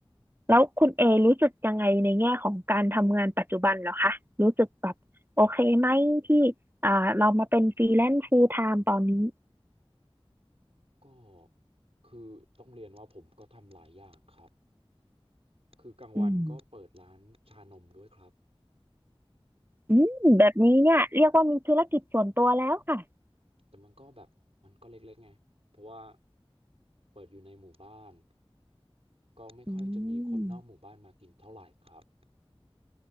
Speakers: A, on the right; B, on the right.
A: แล้วคุณเอรู้สึกยังไงในแง่ของการทำงานปัจจุบันเหรอคะ รู้สึกแบบโอเคไหมที่อ่าเรามาเป็นฟรีแลนซ์ full time ตอนนี้
B: ก็คือต้องเรียนว่าผมก็ทำหลายอย่างครับคือกลางวันก็เปิดร้านชานมด้วยครับ
A: อืมอืมแบบนี้เนี่ยเรียกว่ามีธุรกิจส่วนตัวแล้วค่ะ
B: แต่มันก็แบบมันก็เล็กๆไงเพราะว่าเปิดอยู่ในหมู่บ้านก็ไม่ค่อยจะมีคนนอกหมู่บ้านมากินเท่าไหร่ครับ
A: อืม